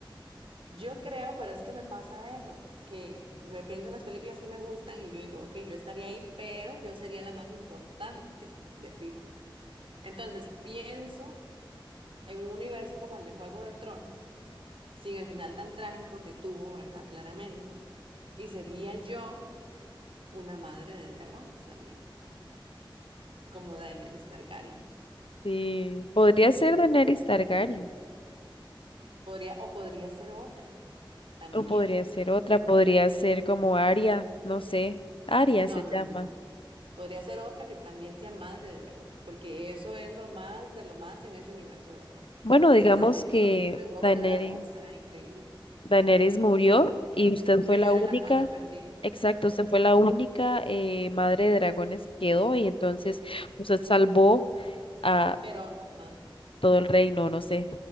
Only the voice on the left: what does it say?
Sí, podría ser
Daenerys
Targaryen,
o podría ser otra, podría ser como Arya, no sé, Arya
se
llama.
Bueno,
digamos
que
Daenerys,
Daenerys murió y usted fue
la
única,
exacto, usted fue la única eh, madre de dragones que quedó y entonces usted salvó a
todo el reino, no sé.